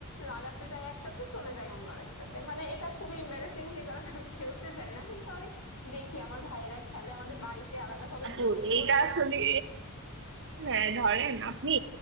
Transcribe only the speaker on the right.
আপু
এইটা
আসলে হ্যাঁ
ধরেন আপনি